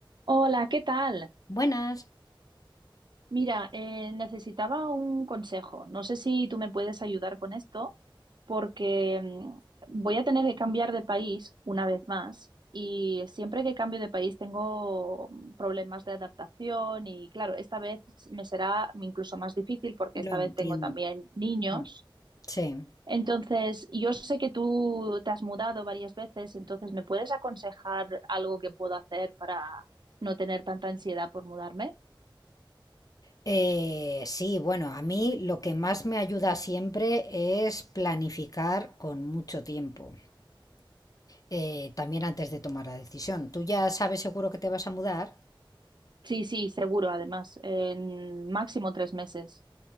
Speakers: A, on the right; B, on the left.
A: Hola, ¿qué tal?
B: Buenas.
A: Mira, eh, necesitaba un consejo. No sé si tú me puedes ayudar con esto, porque mm, voy a tener que cambiar de país una vez más y siempre que cambio de país tengo mm, problemas de adaptación y claro, esta vez me será incluso más difícil porque
B: Lo
A: esta
B: entiendo.
A: vez tengo también niños.
B: Mm. Sí.
A: Entonces, yo sé que tú te has mudado varias veces, entonces, ¿me puedes aconsejar algo que puedo hacer para no tener tanta ansiedad por mudarme?
B: Eh, sí, bueno, a mí lo que más me ayuda siempre es planificar con mucho tiempo, eh, también antes de tomar la decisión. Tú ya sabes seguro que te vas a mudar,
A: Sí, sí, seguro, además, en máximo tres meses.